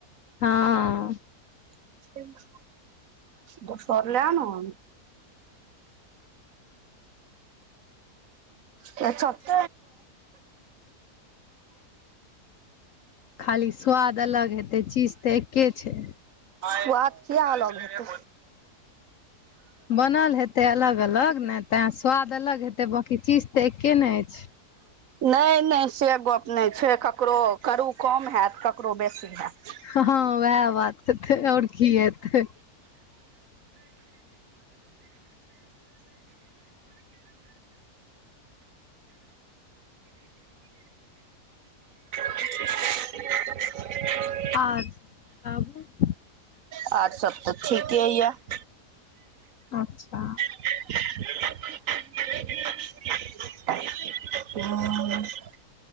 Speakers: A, on the left; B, on the right.
A: हँ
B: <unintelligible> दोसर लऽ न आन त छत
A: खाली स्वाद अलग हेतै चीज तऽ एके छै
B: स्वाद किया अलग हेतय
A: बनल हेतै अलग अलग ने तें स्वाद अलग हेतै बाकी चीज तऽ एके ने अछि
B: नहि नहि से गप नहि छै ककरो करू कम हैत ककरो बेसी हायत
A: हँ उएह बात हेतै आओर की हेतै
B: <inaudible>
A: और सब बताउ
B: आ ओर सब तऽ ठीके यऽ
A: अच्छा
B: <unintelligible>